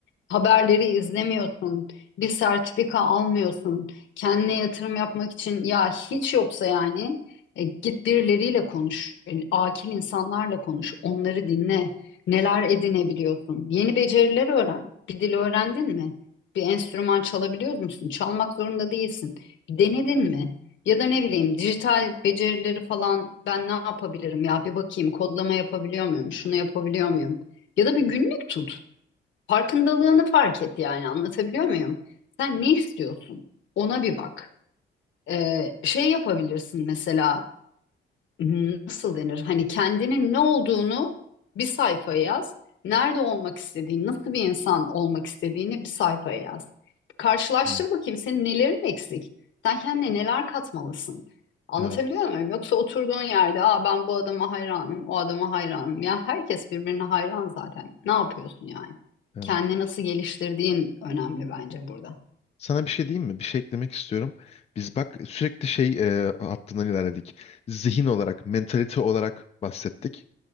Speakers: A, on the left; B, on the left.
A: haberleri izlemiyorsun, bir sertifika almıyorsun, kendine yatırım yapmak için ya hiç yoksa yani e, git birileriyle konuş, e, akil insanlarla konuş, onları dinle, neler edinebiliyorsun, yeni beceriler öğren. Bir dil öğrendin mi? Bir enstrüman çalabiliyor musun? Çalmak zorunda değilsin. Denedin mi? Ya da ne bileyim dijital becerileri falan ben ne yapabilirim ya bir bakayım kodlama yapabiliyor muyum, şunu yapabiliyor muyum? Ya da bir günlük tut. Farkındalığını fark et yani anlatabiliyor muyum? Sen ne istiyorsun? Ona bir bak. Ee, şey yapabilirsin mesela. Hmm, Nasıl denir? Hani kendinin ne olduğunu bir sayfaya yaz. Nerede olmak istediğini, nasıl bir insan olmak istediğini bir sayfaya yaz. Karşılaştır
B: Hı.
A: bakayım senin nelerin eksik? Sen kendine neler katmalısın? Anlatabiliyor
B: Evet.
A: muyum? Yoksa oturduğun yerde, Aa, ben bu adama hayranım, o adama hayranım. Ya herkes birbirine hayran zaten. Ne yapıyorsun yani?
B: Evet.
A: Kendini nasıl geliştirdiğin önemli bence burada.
B: Sana bir şey diyeyim mi? Bir şey eklemek istiyorum. Biz bak sürekli şey e, hattından ilerledik. Zihin olarak, mentalite olarak bahsettik.